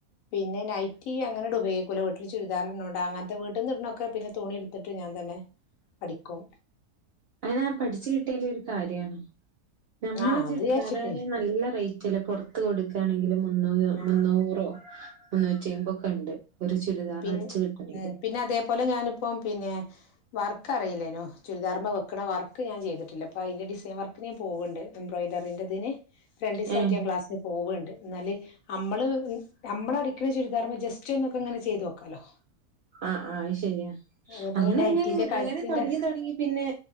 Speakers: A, on the left; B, on the right.
A: പിന്നെ നൈറ്റി അങ്ങനെട് ഉപയോഗിക്ക അത് പൊലെ വീട്ടിൽ ചുരിദാർ ഇടുന്നോണ്ട് അങ്ങനത്തെ വീട്ടിന്ന് ഇടുന്നൊക്കെ പിന്നെ തുണി എടുത്തിട്ട് ഞാൻ തന്നെ അടിക്കും.
B: അങ്ങനെ ആ പഠിച്ചു കിട്ടിയൽ ഒരു കാര്യമാണ് ഞമ്മള
A: ആഹ്
B: ചുരിദാറ
A: അത് വിചാരിച്ചിട്ടന്നെ
B: ന്നേ നല്ല റേറ്റ്ല്ലേ പൊറത്ത് കൊടുക്കയാണെങ്കില് മുന്നൂ
A: ആഹ്
B: മുന്നൂറോ
A: ആഹ്
B: മുന്നൂറ്റി അയ്മ്പൊക്കെ ഉണ്ട് ഒരു ചുരിദാർ
A: പിൻ
B: അടിച്ചു കിട്ടണങ്കിൽ
A: ഉം പിന്നെ അതേപോലെ ഞാനിപ്പോ പിന്നെ വർക്ക് അറിയില്ലേനോ ചുരിദാർമ്മ വെക്കണ വർക്ക് ഞാൻ ചെയ്തിട്ടില്ലപ്പൊ അതിന്റെ ഡിസൈൻ വർക്ക് ഞാൻ പോവ്ണ്ട് എംബ്രോയിഡറി ന്റെതിന് രണ്ടിസാക്കി
B: ഏഹ്
A: ഞാൻ ക്ലാസ്സി പോവുണ്ട് എന്നാല് നമ്മള് നമ്മള അടിക്കണ ചുരിദാർമ്മ ജസ്റ്റ് ഒന്നൊക്കെങ്ങനെ ചെയ്തു നോക്കാലോ
B: ആഹ് ആ ശരിയാ
A: അതേപോലെ
B: അങ്ങനെ
A: നൈറ്റിന്റെ കഴുത്തിന്റെ
B: അങ്ങനെ തുടങ്ങി തുടങ്ങി പിന്നെ